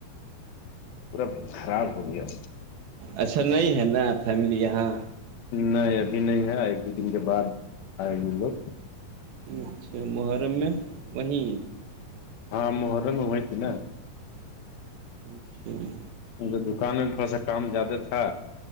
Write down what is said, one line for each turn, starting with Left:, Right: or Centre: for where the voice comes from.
Left: پورا خراب ہو گیا
Right: اچھا نہیں ہے نا فیملی یہاں
Left: نہیں ابھی نہیں ہے ایک دو دن کے بعد آئے گی لوگ
Right: اچھا محرم میں وہیں
Left: ہاں محرم ہوی ت نا
Right: اچھا جی
Left: ان دکان میں کا سا کام زیادہ تھا